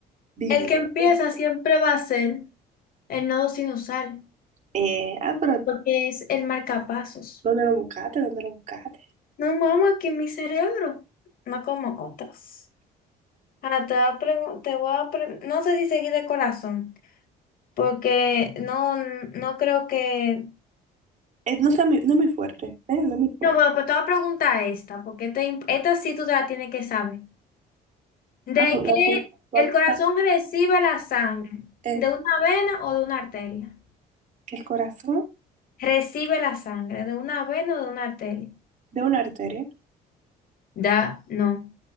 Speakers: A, on the right; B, on the left.
A: Dímelo.
B: El que empieza siempre va a ser. El nodo sinusal,
A: Eh, ah, pero
B: porque es el marcapasos.
A: ¿dónde lo buscaste? ¿Dónde lo buscaste?
B: No, mamá, que mi cerebro, no como otros. Ahora te voy a pregun- te voy a pre- no sé si seguí de corazón, porque no, no creo que...
A: Eh, no está mi, no muy fuerte, ¿eh? No muy fuerte.
B: No, bueno, pues te voy a preguntar esta, porque esta, im- esta sí tú te la tienes que saber.
A: Ah,
B: ¿De
A: pues
B: qué
A: va a pu- va
B: el
A: a apuntar
B: corazón recibe la sangre?
A: Eh,
B: ¿De una vena o de una arteria?
A: que el corazón
B: Recibe la sangre, ¿de una vena o de una arteria?
A: de una arteria.
B: Da, no.